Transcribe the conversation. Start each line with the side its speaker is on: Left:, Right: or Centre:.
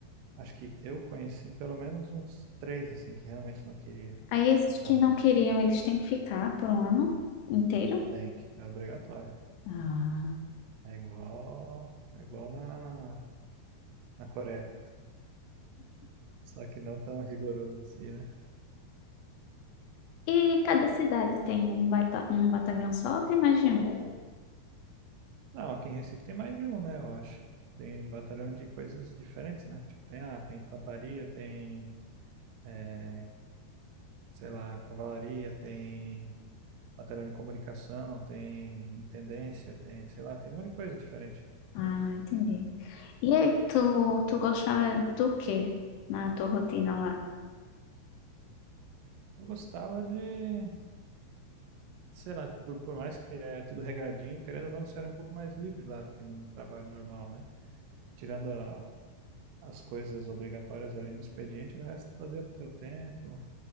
Right: acho que eu conheci pelo menos uns três assim que realmente não queria
Left: Aí, esses
Right: e tava
Left: que não
Right: lá.
Left: queriam, eles têm que ficar por um ano inteiro.
Right: Tem que, é obrigatório.
Left: Ah.
Right: É igual, é igual na, na Coreia. Só que não tão rigoroso assim, né?
Left: E cada cidade tem um, bata um batalhão só ou tem mais de um?
Right: Não, aqui em Recife tem mais de um, né? Eu acho. Tem um batalhão de coisas diferentes, né? Tipo, tem, ah, tem infantaria, tem, eh, sei lá, cavalaria, tem batalhão de comunicação, tem intendência, tem, sei lá, tem um monte de coisa diferente.
Left: Ah, entendi. E aí, tu, tu gostava do quê na tua rotina lá?
Right: Eu gostava de, sei lá, por, por mais que é tudo regradinho, querendo ou não, você era um pouco mais livre lá do que num trabalho normal, né? Tirando a- as coisas obrigatórias ali no expediente, o resto fazia do teu tempo,